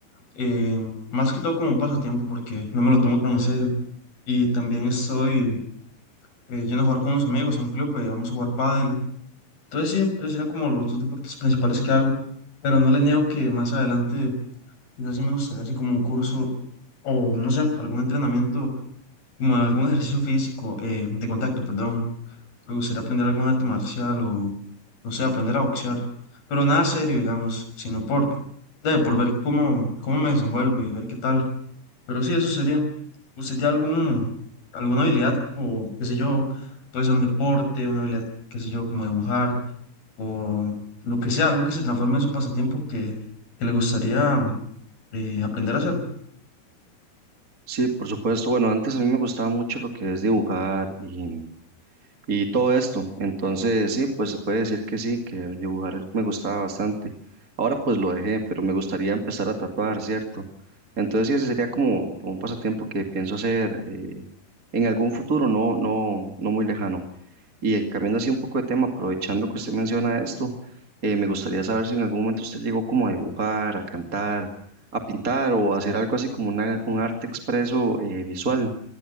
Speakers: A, on the left; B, on the right.
A: eh, más que todo como un pasatiempo porque no me lo tomo tan en serio. Y también estoy eh, yendo a jugar con unos amigos a un club, eh, vamos a jugar pádel. Entonces sí, esos serían como los dos deportes principales que hago, pero no le niego que más adelante yo sí me gustaría así como un curso o no sé, algún entrenamiento, como algún ejercicio físico, eh, de contacto, perdón. Me gustaría aprender algún arte marcial o no sé, aprender a boxear, pero nada serio, digamos, sino por, de, por ver cómo, cómo me desenvuelvo y ver qué tal. Pero sí, eso sería. ¿Usted tiene algún, alguna habilidad o qué sé yo, puede ser un deporte, una habilidad, qué sé yo, como dibujar? o lo que sea, algo que se transforme en su pasatiempo que, que le gustaría eh, aprender a hacer.
B: Sí, por supuesto. Bueno, antes a mí me gustaba mucho lo que es dibujar y y todo esto. Entonces, sí, pues se puede decir que sí, que el dibujar me gustaba bastante. Ahora pues lo dejé, pero me gustaría empezar a tatuar, ¿cierto? Entonces, sí, ese sería como, como un pasatiempo que pienso hacer eh, en algún futuro, no, no, no muy lejano. Y eh, cambiando así un poco de tema, aprovechando que usted menciona esto, eh, me gustaría saber si en algún momento usted llegó como a dibujar, a cantar, a pintar o a hacer algo así como una- un arte expreso eh, visual.